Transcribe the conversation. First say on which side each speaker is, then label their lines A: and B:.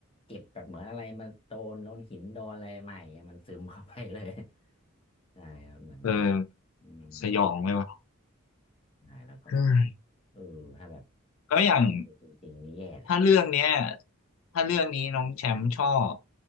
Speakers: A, on the left (about 25°); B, on the left (about 70°).
A: เจ็บแบบเหมือนอะไรมันโดนโดนหินโดนอะไรใหม่เงี้ยมันซึมเข้าไปเลย <laughs> ใช่ครับเหมือนแบบ
B: เออ
A: อืม
B: สยองเลยว่ะ
A: ใช่แล้วก็แบบ
B: เฮ้ย
A: เออถ้าแบบ
B: แล้วอย่าง
A: จริงๆนี่แย่เลย
B: ถ้าเรื่องเนี้ยถ้าเรื่องนี้น้องแชมป์ชอบ